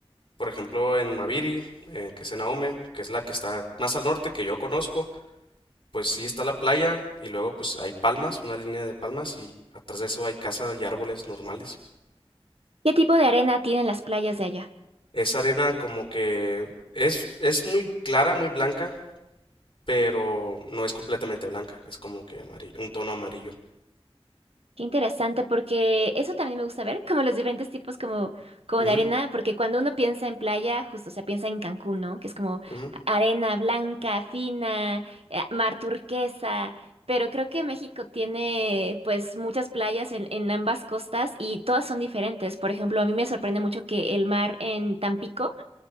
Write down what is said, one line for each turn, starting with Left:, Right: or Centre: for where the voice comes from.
Left: Por ejemplo, en Maviri, eh, que es en Ahome, que es la que está más al norte que yo conozco, pues sí está la playa y luego pues hay palmas, una línea de palmas y atrás de eso hay casa y árboles normales.
Right: ¿Qué tipo de arena tienen las playas de allá?
Left: Esa arena como que es, es muy clara, muy blanca, pero no es completamente blanca, es como que amarillo, un tono amarillo.
Right: Qué interesante, porque eso también me gusta ver, como los diferentes tipos como, como
Left: Ujú,
Right: de arena, porque cuando uno piensa en playa, justo, o sea, piensa en Cancún, ¿no? Que es como
Left: ujú,
Right: arena blanca, fina, eh, mar turquesa, pero creo que México tiene pues muchas playas en, en ambas costas y todas son diferentes. Por ejemplo, a mí me sorprende mucho que el mar en Tampico